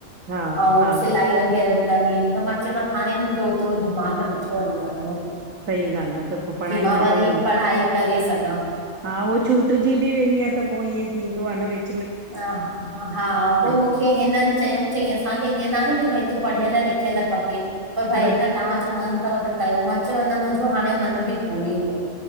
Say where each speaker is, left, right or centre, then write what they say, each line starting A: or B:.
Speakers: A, on the right; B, on the right.
A: हा
B: अंउ
A: हा
B: सिलाई वग़ैरह बि कंदी हुअमि त मां चयोमांसि हाणे मुंहिंजो ओतिरो दिमा़ग नथो हलीे सघंदो
A: सही ॻाल्हि आहे त पोइ पढ़ाई
B: कि मां
A: न
B: वरी
A: पई वञे
B: पढ़ाई करे सघां।
A: हा उ छूटजी बि वेंदी आ त पो ईअं थींदो आ न भई।
B: ह हा उह मूंखे
A: खे
B: हिननि चयऊं चईं असांखे ईअं ना आहे कि भई तूं पढ़ियल लिखियल खपे पर भई
A: बट
B: अगरि तव्हांजो मन थव त कयो, मां चयो न मंहिंजो हाणे मन बि कोन्हे को।